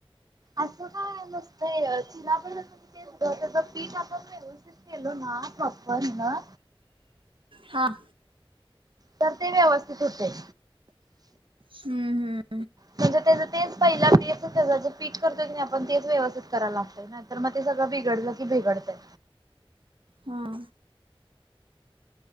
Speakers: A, on the right (about 40°); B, on the right (about 65°).
A: असं काय नसतंय सिल्याबस असं. त्याचं पीठ आपण व्यवस्थित केलो ना प्रॉपर ह्यान.
B: हां,
A: तर ते व्यवस्थित होतेय.
B: हम्म हम्म
A: म्हणजे त्याच तेच पहिला तेच त्याचं जे पीठ करतोय की आपण तेच व्यवस्थित करायला लागतय ना. तर मग ते सगळ बिघडल की बिघडतय.
B: ह